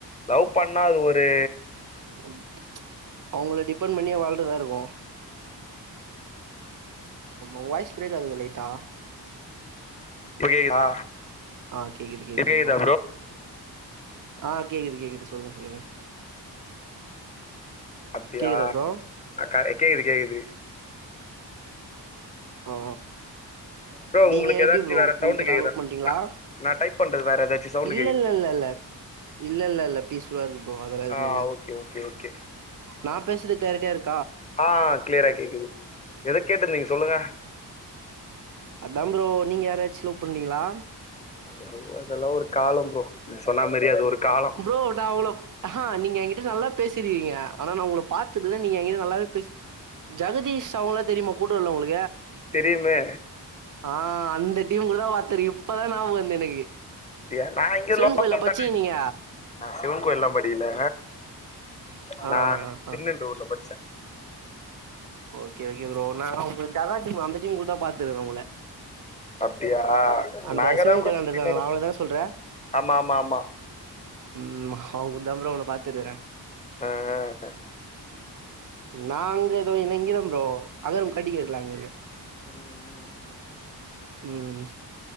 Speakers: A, on the left (about 15°); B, on the right (about 50°).
A: லவ் பண்ணா அது ஒரு
B: ம் அவங்கள டிபெண்ட் பண்ணியே வாழ்றதா இருக்கு உங்க வாய்ஸ் பிரேக் ஆகுது லைட்டா
A: இப்ப கேக்குதா
B: அ கேக்குது கேக்குது
A: இப்ப கேக்குதா
B: ப்ரோ அ கேக்குது கேக்குது சொல்லுங்க சொல்லுங்க
A: அப்டியா
B: கேக்குதா ப்ரோ
A: அ கேக்குது கேக்குது
B: அ
A: ப்ரோ
B: நீங்க
A: உங்களுக்கு
B: எப்டி
A: ஏதாச்சு
B: ப்ரோ
A: வேற
B: கமிட்டேடா
A: சவுண்டு கேக்குதா
B: லவ் பண்றீங்களா
A: நா நா டைப் பண்றது வேற ஏதாச்சு சவுண்டு
B: இல்லல்லல்லல
A: கேக்குதா
B: இல்லல்லல்ல பீஸ்ஃபுல்லா இருக்கு ப்ரோ அதெல்லா எதுமே
A: ஆ
B: இல்ல
A: ஓகே ஓகே ஓகே
B: நா பேசுறது கிளாரிட்டியா இருக்
A: அ கிளியரா கேக்குது எத கேட்டுந்திங்க சொல்லுங்க
B: அந்தா ப்ரோ நீங்க யாரச்சு லவ் பண்ணுறீங்களா
A: அ அதெல்லா ஒரு காலோ ப்ரோ நீ சொன்ன மாரி அது ஒரு காலம்
B: ப்ரோ நா அவ்ளோ அஹா நீங்க எங்கிட்ட நல்லா பேசிருங்கீங்க ஆனா நா உங்கள பாத்துட்டுதா நீங்க எங்கிட்ட நல்லாவே பேச ஜெகதீஷ் அவங்கள தெரியுமா கூட்டுர்ல உங்ளுக்கு
A: தெரியுமே
B: அ அந்த டீம் கூட தா பாத்துருக்க இப்பதா ஞாபகோ வருது எனக்கு
A: அப்டியா நா இங்க
B: சிவன்
A: லோக்கல்
B: கோயில்ல பச்சீங்க
A: தானே
B: நீங்க
A: நா சிவன் கோயில்ல்லா படிக்கல
B: ஆ ஆ
A: நா <unintelligible>
B: ஆ
A: படிச்ச
B: ஓகே ஓகே ப்ரோ நா உங்க ஜகா டீம் அந்த டீம் கூடதா பாத்திருக்க உங்கள
A: அப்டியா
B: அந்த
A: நா அங்கதா
B: சிவன்
A: ப்ரௌ
B: கோயிலாண்ட
A: சுத்தினு
B: இருக்காங்களா
A: இருப்ப
B: அவங்களதான சொல்ற
A: ஆமா ஆமா ஆமா
B: ம் அவங்க <unintelligible> உங்கள பாத்திருக்கிற
A: அ அ
B: நாங்க ஏதோ இன இங்கதம் றப்ரோ அதரும் கட்ட கக்கல அங்க இருக்க
A: உஹம் உஹம் உஹம்
B: ம்